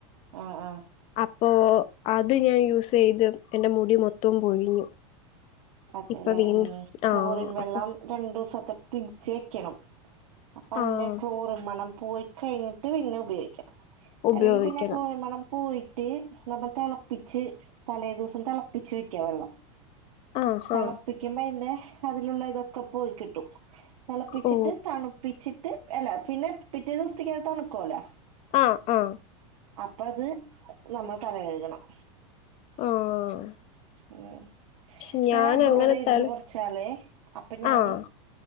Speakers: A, on the right; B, on the left.
A: ആഹ് ആഹ്
B: അപ്പോ അത് ഞാൻ യൂസ് ചെയ്ത് എന്റെ മുടി മൊത്തവും പൊഴിഞ്ഞു
A: അതേല്ലേ
B: ഇപ്പൊ വീണ്ടും
A: ഉം
B: ആഹ്
A: ക്ലോറിൻ വെള്ളം
B: അപ്പൊ
A: രണ്ട് ദിവസൊക്കെ പിടിച്ച് വെക്കണം അപ്പം അതിൻ്റെ
B: ആഹ്
A: ക്ലോറിൻ മണം പോയ് കഴിഞ്ഞിട്ട് പിന്നെ ഉപയോഗിക്കണം
B: ഉപയോഗിക്കണം
A: അല്ലെങ്കിൽ പിന്നെ ക്ലോറിൻ മണം പോയിട്ട് നമ്മൾ തെളപ്പിച്ച് തലേദിവസം തളപ്പിച്ച് വയ്ക്ക വെള്ളം
B: ആഹ്
A: തളപ്പിക്കുമ്പോ
B: ആഹ്
A: അയ്‌ന്റെ അതിലുള്ള ഇതൊക്കെ പോയി കിട്ടും തിളപ്പിച്ചിട്ട്
B: ഓ
A: തണു പിച്ചിട്ട് അല്ല പിന്നെ പിറ്റേ ദിവസ്തിക്കത് തണുക്കുവോലോ
B: ആഹ് ആഹ്
A: അപ്പ അത് നമ്മ തല കഴുകണം
B: ആഹ്
A: ഉം
B: പക്ഷെ
A: ഞാൻ അബ്രോഡായിരുന്നു
B: അങ്ങനെത്താല്
A: കൊറച്കാലേ അപ്പൊ ഞാന്
B: ആഹ്